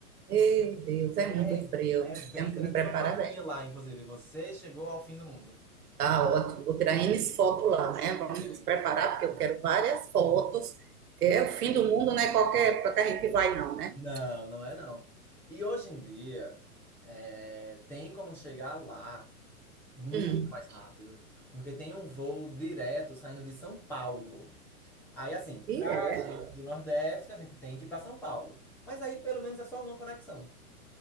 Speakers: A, on the right; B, in the centre.
A: Meu Deus, é
B: É,
A: muito frio.
B: aí é bem,
A: Tenho
B: interessante.
A: que me preparar
B: tem uma plaquinha
A: bem.
B: lá, inclusive, você chegou ao fim do mundo.
A: Tá ótimo. Vou tirar N fotos lá, né? Vamos nos
B: Exatamente.
A: preparar, porque eu quero várias fotos. É o fim do mundo, não é qualquer época que a gente vai, não, né?
B: Não, não é não. E hoje em dia, é, tem como chegar lá Muito
A: Hum.
B: mais rápido, porque tem um voo direto saindo de São Paulo. Aí, assim, pra
A: E é.
B: gente do Nordeste, a gente tem que ir pra São Paulo. Mas aí, pelo menos, é só uma conexão.